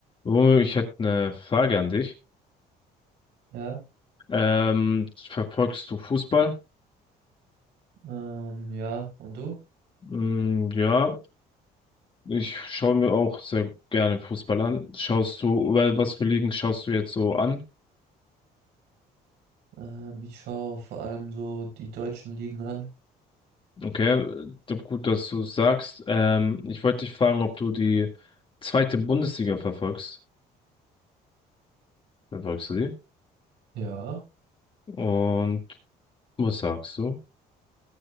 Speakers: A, on the left; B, on the right.
A: Romeo, ich hätte eine Frage an dich.
B: Ja,
A: Ähm, verfolgst du Fußball?
B: ähm, ja, und du?
A: Mm, ja, ich schaue mir auch sehr gerne Fußball an. Schaust du, weil was für Ligen schaust du jetzt so an?
B: Ähm, ich schaue vor allem so die deutschen Ligen an.
A: Okay, d- gut, dass du sagst. Ähm, ich wollte dich fragen, ob du die zweite Bundesliga verfolgst. Verfolgst du die?
B: Ja.
A: Und was sagst du?